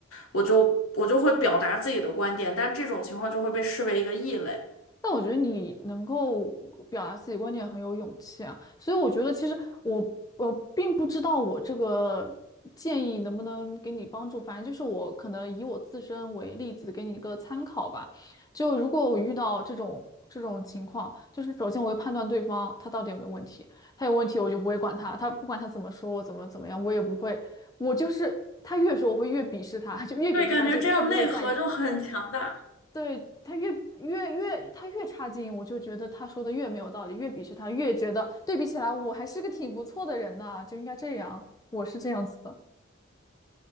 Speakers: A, on the left (about 85°); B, on the left (about 20°).
A: 我就我就会表达自己的观点，但这种情况就会被视为一个异类。
B: 但我觉得你能够表达自己观点很有勇气啊，所以我觉得其实我我并不知道我这个建议能不能给你帮助，反正就是我可能以我自身为例子给你一个参考吧。就如果我遇到这种这种情况，就是首先我会判断对方他到底有没有问题，他有问题我就不会管他，他不管他怎么说我怎么怎么样，我也不会，我就是他越说我会越鄙视他，<laughs> 就越鄙视他就越不会在意。
A: 对，感觉这样内核就很强大。
B: 对，他越越越他越差劲，我就觉得他说的越没有道理，越鄙视他，越觉得对比起来我还是个挺不错的人呐，就应该这样，我是这样子的。